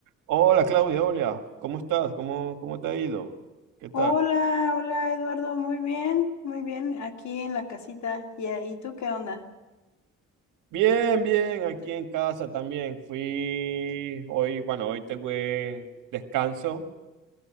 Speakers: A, on the right; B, on the left.
A: Hola Claudia, hola, ¿cómo estás? ¿Cómo, cómo te ha ido? ¿Qué tal?
B: Hola, hola Eduardo, muy bien, muy bien, aquí en la casita. ¿Y, ahí tú qué onda?
A: Bien, bien, aquí en casa también. Fui hoy, bueno, hoy tuve descanso.